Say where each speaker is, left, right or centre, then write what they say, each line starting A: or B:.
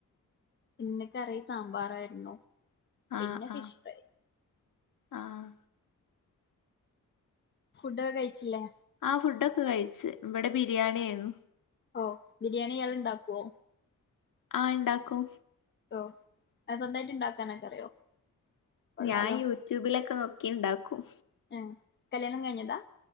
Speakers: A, on the left (about 35°); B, on the left (about 70°).
A: ഇന്ന് കറി സാമ്പാറായിരുന്നു പിന്നെ
B: ആഹ്
A: ഫിഷ്
B: ആഹ്
A: ഫ്രൈ
B: ആഹ്
A: ഫുഡൊകെ കഴിച്ചില്ലേ?
B: ആ ഫുഡൊക്കെ കഴിച്ചു ഇവിടെ ബിരിയാണി ആയിരുന്നു.
A: ഓ ബിരിയാണി ഇയാൾ ഉണ്ടാക്കുവോ?
B: ആഹ് ഇണ്ടാക്കും
A: ഓ ൻ സ്വന്തായിമായിട്ട് ഇണ്ടാക്കാനൊക്കെ അറിയോ? കൊള്ളാലോ
B: ഞാൻ യൂട്യൂബിലൊക്കെ നോക്കി ക്കി ഇണ്ടാക്കും
A: ഉം കല്യാണം കഴിഞ്ഞതാ?